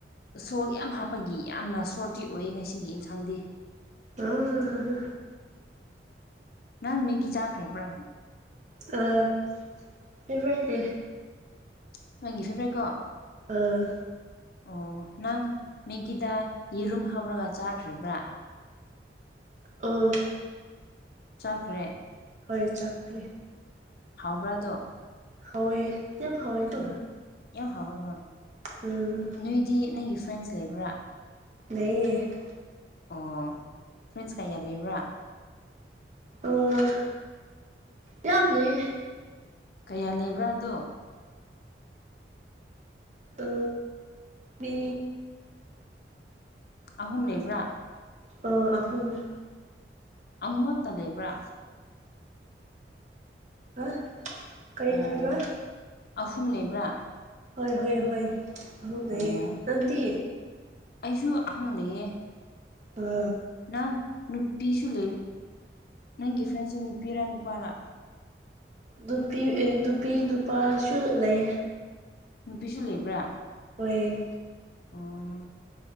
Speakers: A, on the left; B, on the right.
A: ꯁꯣꯜꯠ ꯌꯥꯝ ꯍꯥꯞꯄꯒꯤ ꯌꯥꯝꯅ ꯁꯣꯜꯇꯤ ꯑꯣꯏ ꯉꯁꯤꯒꯤ ꯑꯦꯟꯁꯥꯡꯗꯤ
B: ꯑ ꯍ ꯍ
A: ꯅꯪ ꯃꯦꯒꯤ ꯆꯥꯈ꯭ꯔꯕ꯭ꯔꯥ
B: ꯑ <unintelligible>
A: <unintelligible>
B: ꯑꯥ
A: ꯑꯣ ꯅꯪ ꯃꯦꯒꯤꯗ ꯌꯦꯔꯨꯝ ꯍꯥꯞꯔꯒ ꯆꯥꯈ꯭ꯔꯕ꯭ꯔꯥ
B: ꯑꯥ
A: ꯆꯥꯈ꯭ꯔꯦ
B: ꯍꯣꯏ ꯆꯥꯛꯈꯦ
A: ꯍꯥꯎꯕ꯭ꯔꯥꯗꯣ
B: ꯍꯥꯎꯋꯣꯏ ꯌꯥꯝ ꯍꯥꯎꯦ ꯀꯣ
A: ꯌꯥꯝ ꯍꯥꯎꯋꯦ ꯍꯣꯏ
B: ꯎꯝ
A: ꯅꯣꯏꯗꯤ ꯅꯪꯒꯤ ꯐ꯭ꯔꯦꯟꯁ ꯂꯩꯕ꯭ꯔꯥ
B: <unintelligible>
A: ꯑꯣ ꯐ꯭ꯔꯦꯟꯁ ꯀꯌꯥ ꯂꯩꯕ꯭ꯔ
B: ꯑꯣ ꯇ ꯑꯃꯖ
A: ꯀꯌꯥ ꯂꯩꯕ꯭ꯔꯥ ꯑꯗꯣ
B: ꯑ ꯃꯤ
A: ꯑꯍꯨꯝ ꯂꯩꯕ꯭ꯔꯥ
B: ꯑ ꯑꯍꯨꯝ
A: ꯑꯍꯨꯝ ꯈꯛꯇ ꯂꯩꯕ꯭ꯔꯥ
B: ꯑ ꯀꯩ
A: ꯑꯣ
B: ꯍꯥꯏꯕ꯭ꯔꯥ
A: ꯑꯍꯨꯝ ꯂꯩꯕ꯭ꯔꯥ
B: ꯍꯣꯏ ꯍꯣꯏ ꯍꯣꯏ ꯑꯗꯨꯍꯨꯝ
A: ꯑꯣ
B: ꯂꯩꯌꯦ ꯅꯪꯗꯤ
A: ꯑꯩꯁꯨ ꯑꯍꯨꯝ ꯂꯩꯌꯦ
B: ꯑ
A: ꯅꯪ ꯅꯨꯄꯤꯁꯨ ꯂꯩ ꯅꯪꯒꯤ ꯐ꯭ꯔꯦꯟꯁꯨ ꯅꯨꯄꯤꯔ ꯅꯨꯄꯥꯔꯥ
B: ꯅꯨꯄꯤ ꯑꯦ ꯅꯨꯄꯤ ꯅꯨꯄꯥꯁꯨ ꯂꯩꯌꯦ
A: ꯅꯨꯄꯤꯁꯨ ꯂꯩꯕ꯭ꯔꯥ
B: ꯍꯣꯏ
A: ꯑꯣ